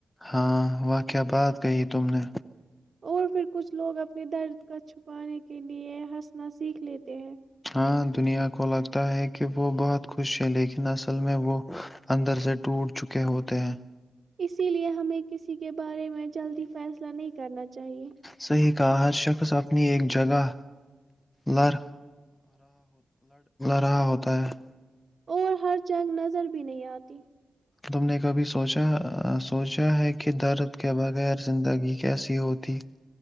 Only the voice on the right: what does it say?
اور پھر کچھ لوگ اپنے درد کو چھپانے کے لیے ہنسنا سیکھ لیتے ہیں
اسی لیے ہمیں کسی کے بارے میں جلدی فیصلہ نہیں کرنا چاہیے
اور ہر جنگ نظر بھی نہیں آتی